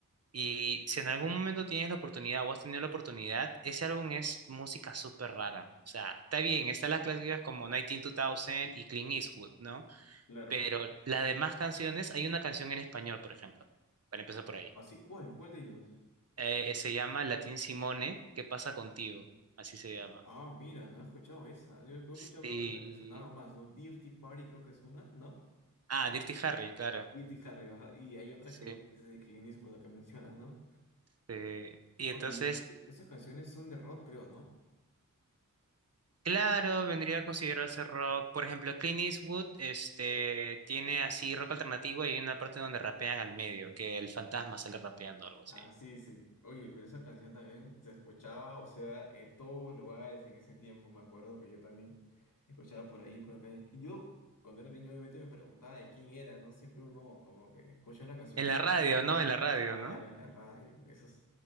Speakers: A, on the right (about 45°); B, on the left (about 70°).
A: y si en algún momento tienes la oportunidad o has tenido la oportunidad, ese álbum es música súper rara. O sea, está bien, están las clásicas como 192000 y Clean Eastwood, ¿no?
B: Claro.
A: Pero las demás canciones, hay una canción en español, por ejemplo, para empezar por ahí.
B: Así, ¿cuál? ¿Cuál de ellos?
A: Eh, se llama Latín Simone, ¿Qué pasa contigo? Así se llama.
B: Ah, mira, no he escuchado esa. Yo he escuchado
A: Sí.
B: creo que la que sonaba más, ¿no? Dirty Party creo que es una, ¿no?
A: Ah, Dirty Harry, claro.
B: Dirty Harry, ajá. Y hay otra
A: Sí.
B: creo que es de Clint Eastwood, la que mencionas, ¿no?
A: Este, y
B: Oye,
A: entonces,
B: y es- e, esas canciones son de rock, creo, ¿no?
A: claro, vendría a considerarse rock. Por ejemplo, Clint Eastwood, este, tiene así rock alternativo y hay una parte donde rapean al medio, que el fantasma sale rapeando o algo así.
B: Ah, sí, sí. Oye, pero esa canción también se escuchaba, o sea, en todos lugares en ese tiempo. Me acuerdo que yo también escuchaba por ahí, por acá. Y es que Yo, cuando era niño, obviamente me preguntaba de quién era, ¿no? Siempre uno como que escucha una canción
A: En
B: que
A: la
B: le
A: radio,
B: gusta.
A: ¿no? En la radio,
B: Claro,
A: ¿no?
B: en la radio. Eso es...